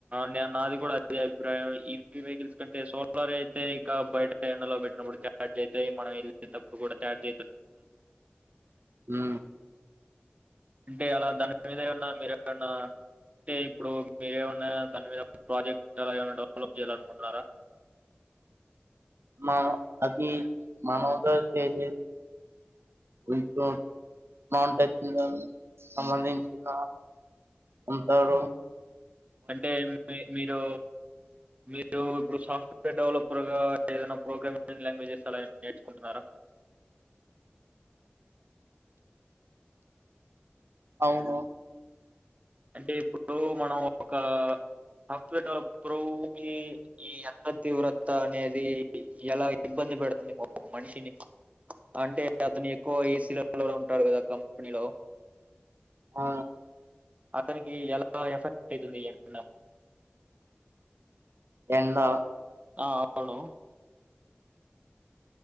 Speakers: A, on the right; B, on the right.
A: నే నాది కూడా అదే అభిప్రాయం ఈపీ వెహికల్స్ కంటే సోలార్ అయితే ఇక బయట ఎ లో పెట్నప్పుడు చార్్ అవుతా మనం వెళేటప్పుడు కూడా చార్జ్వు
B: ఆ
A: అంటే అలా దాని మీద ఏమన్నా మీరు ఏన్నా అంటే ఇప్పుడు మీరేమన్నా దాని మీద ప్రాజెక్ట్ అలా ఏమన్నా డెవలప్ చేయాల అనుకుంటున్నారా
B: మా అది మనోద చేంజ్ చెస్ కొంచెం మౌన్ టెస్ట్ గాని సంబంధించిన అంటారు
A: అంటే మీ మీరు మీరు ఇప్పుడు సాఫ్ట్వేర్ డెవలపర్ గా ఏదనా ప్రోగ్రామింగ్ లాంగ్వేజెస్ అలా ఏం నేర్చుకుంటన్నారా
B: అవును
A: అంటే ఇప్పుడు మనం ఒక సాఫ్ట్వేర్ డెవలపర్ కి ఈ అంద తీవ్రత అనేది ఎలా ఇబ్బంది ఇబ్బంది పెడుతుంది ఏమో ఒక మనిషిని అంటే అతను ఎక్కువ ఏసీలలో ఉంటాడు కదా కంపెనీలో
B: ఆ
A: అతనికి ఎలా ఎఫెక్ట్ అయితది ఎండ
B: ఎండ
A: ఆ అవును